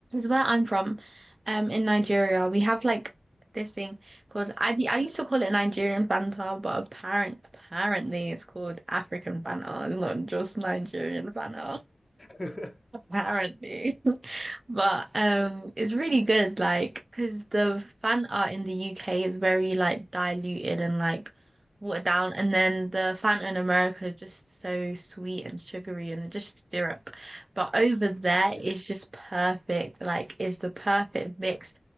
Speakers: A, on the right; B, on the left.
A: where I'm from, um, in Nigeria, we have like this thing called I I used to call it Nigerian banter, but apparent apparently it's called African banter. It's not just Nigerian banter
B: on.
A: apparently. <laughs> But um it's really good like because the fan art in the UK is very like diluted and like watered down and then the fan art in America is just so sweet and sugary and just syrup. But over there
B: <laughs> Yeah.
A: it's just perfect. Like it's the perfect mix